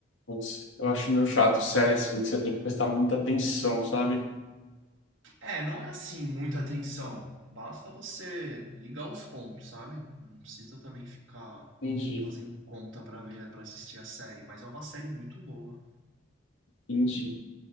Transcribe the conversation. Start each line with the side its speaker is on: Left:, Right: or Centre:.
Left: Putz, eu acho meio chato, série assim, que você tem que prestar muita atenção, sabe?
Right: É, não é assim muita atenção. Basta você ligar os pontos, sabe? Não precisa também ficar
Left: Entendi,
Right: fazendo conta para ver, para assistir a série, mas é uma série muito boa.
Left: entendi.